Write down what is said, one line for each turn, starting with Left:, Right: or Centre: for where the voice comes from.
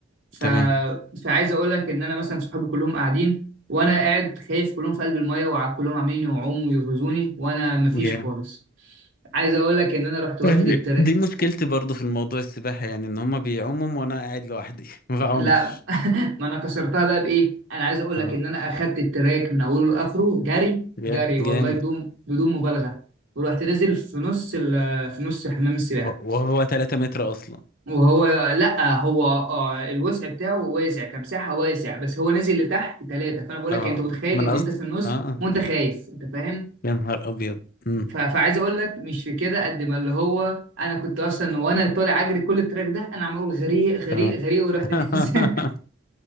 Right: ف...
Left: تمام
Right: فعايز اقول لك ان انا مثلا صحابي كلهم قاعدين وانا قاعد خايف كلهم في قلب الميه وكلهم عاملين يعوموا ويغزوني وانا مفيش
Left: جامد
Right: خالص عايز اقول لك ان انا رحت واخد
Left: فاهمني؟
Right: التر...
Left: دي مشكلتي برضو في الموضوع السباحة يعني ان هما بيعوموا وانا قاعد لوحدي <laughs> ما بعومش
Right: لا <laughs> ما انا كسرتها بقى بايه انا عايز اقول
Left: اه
Right: لك ان انا اخدت التراك من اوله لاخره جري
Left: جا-
Right: جري والله
Left: جامد
Right: بدون بدون مبالغه ورحت نازل في نص ال- في نص حمام السباحه
Left: و- وهو 3 متر اصلا
Right: وهو لا هو آه الوسع بتاعه واسع كمساحه واسع بس هو نازل لتحت ثلاثه فانا بقول لك
Left: اه
Right: يعني انت متخيل
Left: ما
Right: ان
Left: انا قصدي
Right: انت في النص
Left: اه آه.
Right: وانت خايف انت فاهم
Left: يا نهار ابيض امم
Right: ف- فعايز اقول لك مش في كده قد ما اللي هو انا كنت اصلا وانا طالع اجري كل التراك ده انا عمال اقول غريق غريق
Left: تمام
Right: غريق ورحت
Left: <laughs>
Right: نازل